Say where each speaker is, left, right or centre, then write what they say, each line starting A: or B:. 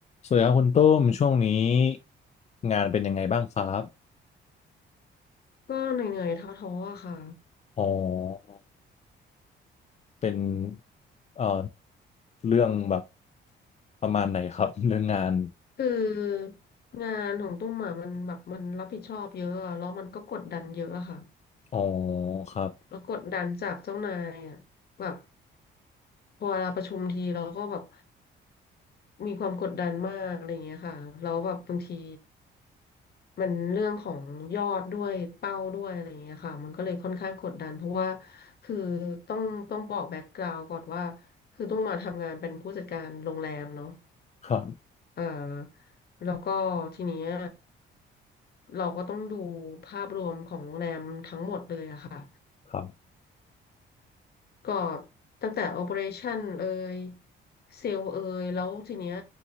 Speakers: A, on the left; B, on the left.
A: สวัสดีครับคุณตุ้มช่วงนี้งานเป็นยังไงบ้างครับ
B: ก็เหนื่อยๆท้อๆอะค่ะ
A: อ๋อเป็นเอ่อเรื่องแบบประมาณไหนครับ <laughs> เรื่องงาน
B: คืองานของตุ้มอะมันแบบมันรับผิดชอบเยอะอะแล้วมันก็กดดันเยอะอะค่ะ
A: อ๋อครับ
B: แล้วกดดันจากเจ้านายอะแบบพอเวลาประชุมทีเราก็แบบมีความกดดันมากอะไรอย่างเงี้ยค่ะแล้วแบบบางทีมันเรื่องของยอดด้วยเป้าด้วยอะไรอย่างเงี้ยค่ะมันก็เลยค่อนข้างกดดันเพราะว่าคือต้องต้องบอกแบ็กกราว n d ก่อนว่าคือต้องมาทำงานเป็นผู้จัดการโรงแรมเนาะ
A: ครับ
B: เอ่อแล้วก็ทีเนี้ยเราก็ต้องดูภาพรวมของโรงแรมทั้งหมดเลยอะค่ะ
A: ครับ
B: ก็ตั้งแต่ Operation เอ่ยเซลล์เอ่ยแล้วทีเนี้ย